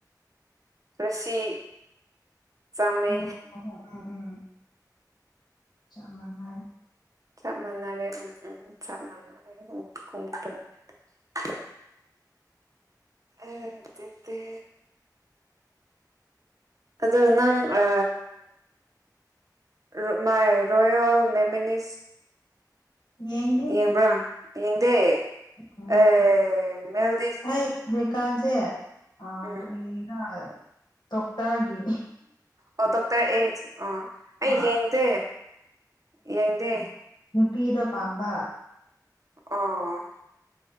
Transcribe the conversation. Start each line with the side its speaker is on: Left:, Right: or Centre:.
Right: ꯔꯁꯤ ꯆꯝꯃꯦ
Left: ꯍꯣꯏ ꯍꯣꯏ ꯍꯣꯏ ꯎꯝ ꯎꯝ ꯆꯞ ꯃꯥꯟꯅꯩ
Right: ꯆꯞ ꯃꯥꯟꯅꯔꯦ ꯎꯝ ꯎꯝ ꯆꯞ ꯃꯥꯟꯅꯔꯦ <unintelligible> ꯑꯗꯨꯗꯤ ꯑꯗꯨ ꯅꯪ ꯑ ꯔꯨꯛ ꯃꯥꯏ ꯔꯣꯌꯜ ꯅꯦꯃꯤꯅꯤꯁ
Left: ꯌꯦꯡꯗꯦ
Right: ꯌꯦꯡꯕ꯭ꯔꯥ ꯌꯦꯡꯗꯦ
Left: ꯎꯝ
Right: ꯑꯦ ꯃꯦꯜꯗꯤ
Left: ꯑꯩ ꯑꯃꯦꯔꯤꯀꯥꯟꯁꯦ ꯑ
Right: ꯎꯝ
Left: ꯀꯔꯤꯔ ꯇꫭꯛꯇꯔꯒꯤ
Right: ꯑꯣ ꯗꯣꯛꯇꯔ ꯑꯩꯠ ꯑꯣ ꯑꯩ
Left: ꯑ
Right: ꯌꯦꯡꯗꯦ ꯌꯦꯡꯗꯦ
Left: ꯅꯨꯄꯤꯗ ꯄꯥꯝꯕ
Right: ꯑꯣ